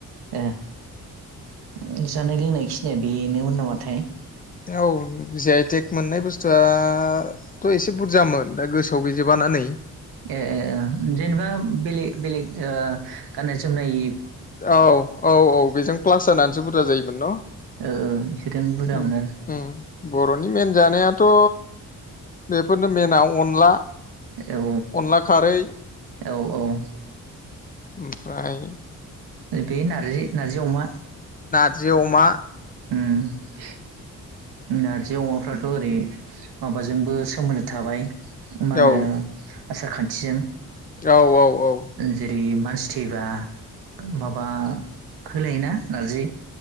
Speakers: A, on the right; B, on the left.
A: ए जानाय लोंनाय खिनिया बेनोमोन नामाथाय
B: औ जि आइ टेक मोननाय बुस्थुआथ' एसे बुरजामोन दा गोसोआव गैजोबा ना नै
A: ए ए ए जेनेबा बेलेग बेलेग ओ गाननाय जोमनाय
B: औ औ औ बेजों प्लास जानानैसो बुरजा जायोमोन न
A: ओ इसोरजों बुरजामोन
B: उम उम बर'नि मेन जानाया थ' बेफोरनो मेना अनला
A: आरो
B: अनला खारै
A: औ औ औ
B: ओमफ्राय
A: बे नारजि नारजि अमा
B: जि अमा
A: उम नारजि अमाफ्राथ' ओरै माबाजोंबो सोमोन्दो थाबाय मानो
B: औ
A: आसार खान्थिजों
B: औ औ औ
A: जेरै मानसि थैबा माबा होलायोना नारजि